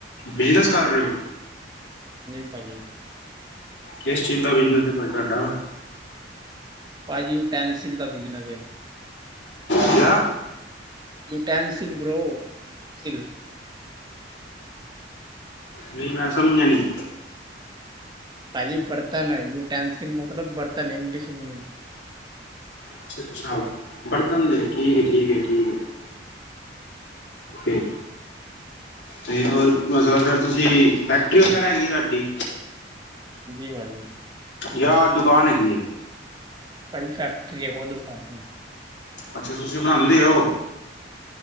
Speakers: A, on the left (about 75°); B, on the right (about 25°).
A: ਬਿਜਨਸ ਕਰ ਰਹੇ ਓ
B: ਜੀ ਪਾਜੀ
A: ਕਿਸ ਚੀਜ਼ ਦਾ ਬਿਜਨਸ ਐ ਤੁਆਡਾ?
B: ਪਾਜੀ ਯੂਟੈਂਸਿਲ ਦਾ ਬਿਜਨਸ ਏ।
A: ਕਯਾ?
B: ਯੂਟੈਨਸਿਲ ਬ੍ਰੋ ਸਿਲ
A: ਨਈ ਮੈਂ ਸਮਝਣੀ
B: ਪਾਜੀ ਬਰਤਨ ਏ, ਯੂਟੈਨਸਿਲ ਮਤਲਬ ਬਰਤਨ, ਇੰਗਲਿਸ਼ ਮੀਨ
A: ਅੱਛਾ, ਅੱਛਾ ਬਰਤਨ ਦੇ, ਠੀਕ -ਠੀਕ, ਠੀਕ ਏ। ਤੇ ਹੋਰ ਮਤਲਬ ਢੇਰ ਤੁਸੀਂ ਫੈਕਟਰੀ ਵਗੈਰਾ ਹੈਗੀ, ਤਾਡੀ?
B: ਜੀ ਪਾਜੀ।
A: ਯਾ ਦੁਕਾਨ ਹੈਗੀ ਏ?
B: ਪਾਈ ਫੈਕਟਰੀ ਐ, ਖੁਦ ਬਹਾਨੇ
A: ਅੱਛਾ ਤੁਸੀਂ ਬਣਾਨੇ ਔ?